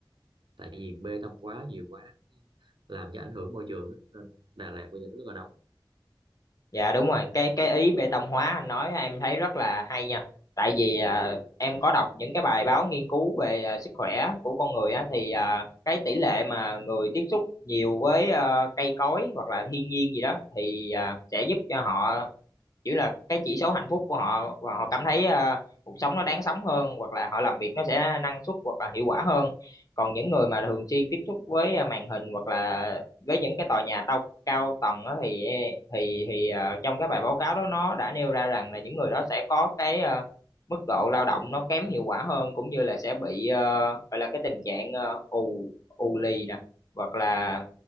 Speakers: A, on the right; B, on the left.
A: tại vì bê tông quá nhiều quá làm cho ảnh hưởng môi trường á. nên Đà Lạt bây giờ rất là nóng
B: Dạ đúng rồi, cái cái ý bê tông hóa anh nói em thấy rất là hay nha. Tại vì ờ, em có đọc những cái bài báo nghiên cứu về ờ, sức khỏe của con người á thì ờ, cái tỷ lệ mà người tiếp xúc nhiều với ờ, cây cối hoặc là thiên nhiên gì đó thì ờ, sẽ giúp cho họ chỉ là cái chỉ số hạnh phúc của họ và họ cảm thấy ờ, cuộc sống nó đáng sống hơn hoặc là họ làm việc nó sẽ năng suất hoặc là hiệu quả hơn còn những người mà thường xuyên tiếp xúc với ờ, màn hình hoặc là với những cái tòa nhà tao cao tầng á thì e, thì thì ờ, trong cái bài báo cáo đó nó đã nêu ra rằng là những người đó sẽ có cái ờ, mức độ lao động nó kém hiệu quả hơn cũng như là sẽ bị ờ, gọi là cái tình trạng ờ, ù ù lì nè hoặc là